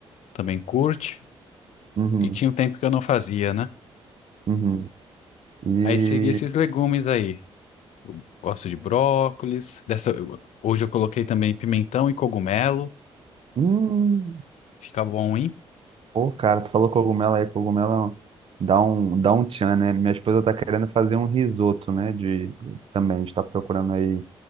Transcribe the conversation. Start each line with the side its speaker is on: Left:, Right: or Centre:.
Left: também curte.
Right: Uhum,
Left: E tinha um tempo que eu não fazia, né?
Right: uhum. E...
Left: Aí segui esses legumes aí. Eu gosto de brócolis. Dessa, eu- hoje eu coloquei também pimentão e cogumelo.
Right: Hum,
Left: Fica bom, hein?
Right: pô, cara, tu falou cogumelo aí, cogumelo dá um, dá um tchan, né? Minha esposa tá querendo fazer um risoto, né? De, também, a gente tá procurando aí...